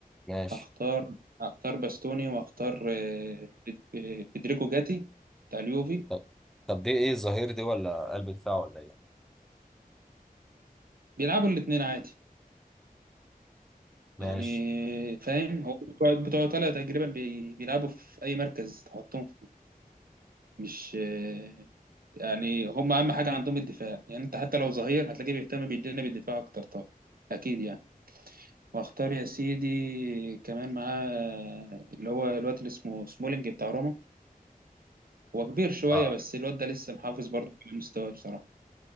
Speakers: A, in the centre; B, on the right (about 75°).
A: ماشي
B: هختار هختار باستوني وهختار آه، فيد- آه، فيدريكو جاتي بتاع اليوفي
A: طب طب دي إيه الظهير دي ولا قلب دفاع ولا إيه
B: بيلعبوا الاتنين عادي
A: ماشي
B: يعني فاهم هو بتوع بتوع إيطاليا تقريبا بي- بيلعبوا في أي مركز تحطهم فيه مش آه، يعني هم أهم حاجة عندهم الدفاع يعني أنت حتى لو ظهير هتلاقيه بيهتم بالجانب الدفاع أكتر طبعا أكيد يعني واختار يا سيدي كمان معاه اللي هو الواد اللي اسمه سمولينج بتاع روما هو كبير شوية
A: آه
B: بس الواد ده لسه محافظ برضه على مستواه بصراحة